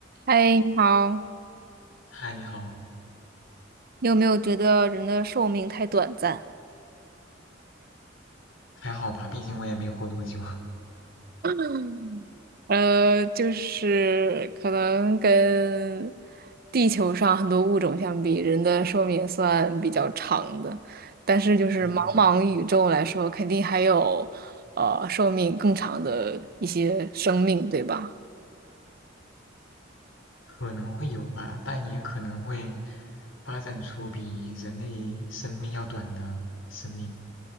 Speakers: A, on the right (about 50°); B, on the left (about 90°).
A: 嗨，你好，
B: 嗨，你好，
A: 你有没有觉得人的寿命太短暂？
B: 还好吧？毕竟我也没活多久，
A: <clears throat> 呃，就是可能跟地球上很多物种相比，人的寿命算比较长的，但是就是茫茫宇宙来说，
B: 嗯，
A: 肯定还有呃寿命更长的一些生命，对吧？
B: 可能会有吧，但也可能会发展出比人类生命要短的生命。